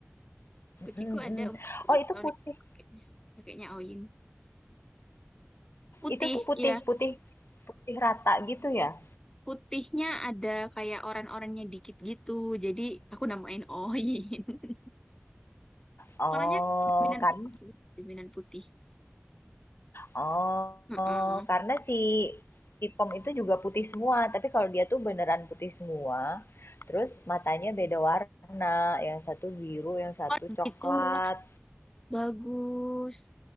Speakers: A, on the left; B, on the left.
A: Kucingku
B: Mhm.
A: ada umur lima belas
B: Oh itu
A: tahun
B: putih,
A: itu kakeknya. Kakeknya Oyin. Putih,
B: itu tuh putih
A: iya.
B: putih putih rata gitu ya?
A: Putihnya ada kayak oran-orannya dikit gitu. Jadi aku namain Oin. <laughs>
B: Oh
A: Warnanya dominan
B: kan,
A: putih, dominan putih.
B: oh
A: Heeh.
B: karena si Ipom itu juga putih semua, tapi kalau dia tuh beneran putih semua, terus matanya beda warna, yang satu biru, yang satu
A: Oh
B: coklat.
A: gitu, Wah, bagus.